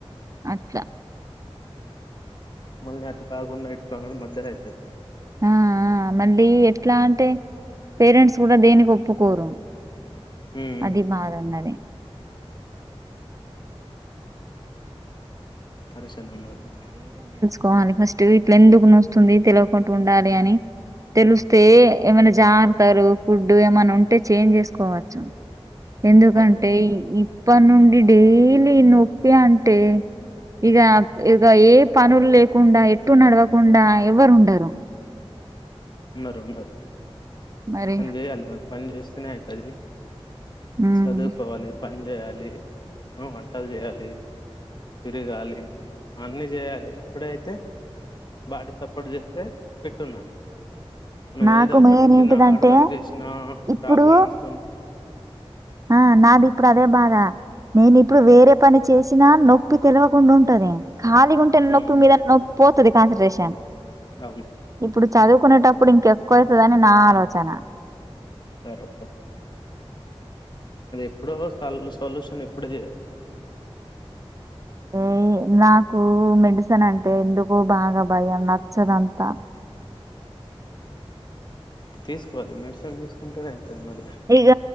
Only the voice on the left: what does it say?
మొళ అట్టు కాకుండా ఇట్టు కం మధ్యర అయితది
ఉమ్
పరిస్ ఉనది మల్ల
అవును
ఉండరు ఉండరూ
పన్ జేయేలే మ పని చేస్తేనే అయితది
చదుకోవాలి ప పనిచేయాలి, వంటలు చేయాలి, తిరగాలి అన్ని చేయాలి, అప్పుడే అయితే బాడీ సపోర్ట్ చేస్తే ఫిట్ ఉన్నాట్ మనం
ఏదో ఒకటి
చిన్న
హార్డ్ వర్క్ చేసినా
ప్రాబ్లం వస్తుంద్
ఉమ్,
ఉమ్,
అవును
బరాబర్ అది ఎప్పుడో సల్ సొల్యూషన్ ఎప్పుడో చేయాలి
తీసుకోవాలి మెడిసిన్ తీసుకుంటేనే అవుతుంది మరి